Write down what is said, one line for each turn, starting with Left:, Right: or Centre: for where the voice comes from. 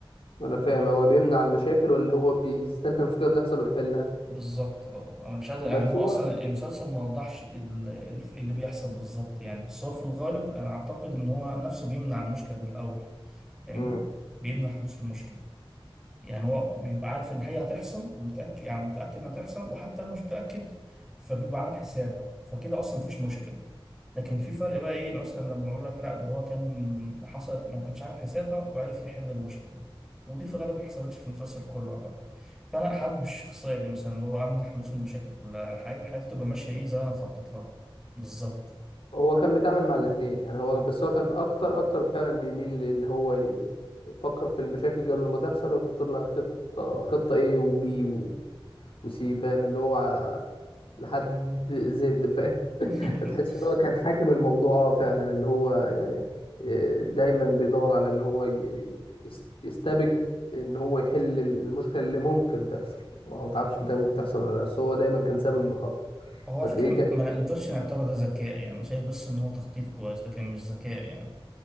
Left: انا فاهم هو بيمنع المشاكل ولا هو بيستنى المشكله تحصل ويحلها
Centre: بالظبط اه أنا مش قادر يعني
Left: بس
Centre: هو
Left: هو
Centre: أصلا المسلسل ما وضحش ال- ال- اللي بيحصل بالظبط يعني بس هو في الغالب أنا أعتقد إن هو نفسه بيمنع المشكلة من الأول فاهمني؟
Left: امم
Centre: بيمنع حدوث المشكلة يعني هو بيبقى عارف ان حاجه هتحصل ومتاكد يعني متاكد انها هتحصل وحتى لو مش متاكد فبيبقى عامل حسابها فكده اصلا مفيش مشكله لكن في فرق بقى ايه مثلا لما اقول لك لا ده هو كان حصلت ما كانش عامل حسابها وعرف يحل المشكله دي ودي في غالب ما حصلتش في المسلسل كله اعتقد فانا حابب الشخصيه دي مثلا اللي هو امنع حدوث المشاكل كلها حي- حياتي تبقى ماشيه ايه زي ما انا مخطط لها بالظبط
Left: هو كان بيتعامل مع الاثنين يعني هو بس هو كان اكتر اكتر فعلا بيميل لان هو ي- يفكر في المشاكل قبل ما تحصل ويحط لها خطه خطه ايه وبي وسي فاهم اللي هو لحد زد فاهم
Centre: <laughs>
Left: <laughs> فتحس ان هو كان حاكم الموضوع اه فعلا اللي هو يعني آه، دايما بيدور على ان هو ي- يس- يستبج ان هو يحل المشكله اللي ممكن تحصل ما هو تعرفش انت ممكن تحصل ولا لا بس هو دايما كان سابق بخطوه
Centre: هو على
Left: فتلاقيه
Centre: فكره
Left: كان
Centre: ما نقدرش نعتبر ده ذكاء يعني شايف بس ان هو تخطيط كويس لكن مش ذكاء يعني